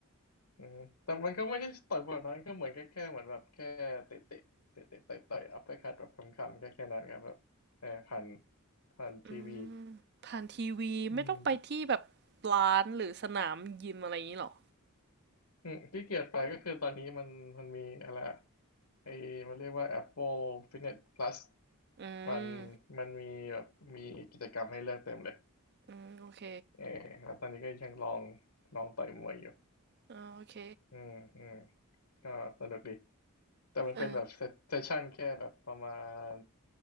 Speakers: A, on the left; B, on the right.
A: อืมแต่มันก็ไม่ได้ต่อยแบบนั้นก็เหมือนก็แค่เหมือนแบบแค่เตะเตะเตะเตะต่อยต่อยอัปเปอร์คัตแบบคำๆก็แค่นั้นครับแบบเออผ่านผ่านทีวี
B: อืมผ่านทีวีไม่ต้องไปที่แบบ
A: อืม
B: ร้านหรือสนามยิมอะไรอย่างนี้หรอ
A: อืมที่เกียดไปก็คือตอนนี้มันมันมีอะไรอะไอ้มันเรียกว่า Apple Fitness Plus
B: อื
A: มัน
B: ม
A: มันมีแบบมีกิจกรรมให้เลือกเต็มเลย
B: อืมโอเค
A: เออแล้วตอนนี้ก็ยังลองลองต่อยมวยอยู่
B: อ่าโอเค
A: อืมอืม ก็สนุกดีแต่มันเป็นแบบเซสชั่นแค่แบบประมาณ
B: เออ